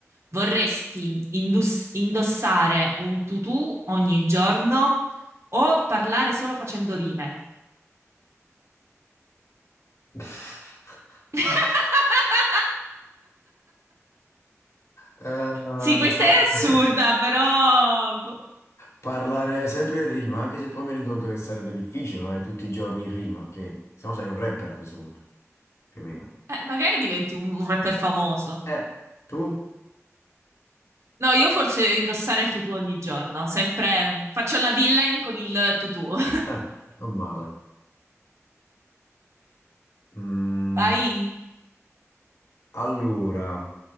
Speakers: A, on the right; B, on the left.
A: Vorresti indus- indossare un tutù ogni giorno o parlare solo facendo rime?
B: <laughs>
A: <laughs>
B: Eh,
A: Sì, questa
B: pa-
A: è assurda,
B: <laughs>
A: però boh.
B: parlare sempre in rima, anche se poi mi rendo conto che sarebbe difficile parlare tutti i giorni in rima, che se no sei un rapper a questo punto, più o meno.
A: Eh, magari diventi un un rapper famoso.
B: Eh, tu?
A: No, io forse indossare il tutù ogni giorno, sempre faccio la villain con il tutù. <laughs>
B: Eh, non male. Mm,
A: Vai.
B: allora,